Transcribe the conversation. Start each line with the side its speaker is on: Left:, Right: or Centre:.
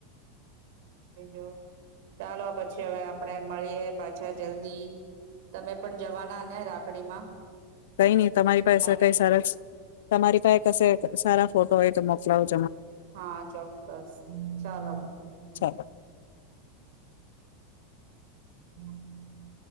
Right: બીજુ, ચાલો. પછી હવે આપણેે મળીએ પાછા જલ્દી તમે પણ જવાના ને રાખ રાખડીમાં
Left: કંઈ નહીં. તમારી પાસે
Right: મમ્મીની
Left: કંઈ સરસ, તમારી પાસે કશે સારા ફોટો હોય, તો મોકલો. <unintelligible>
Right: હા, ચોક્કસ, ચાલો.
Left: ચાલો.
Right: હમ.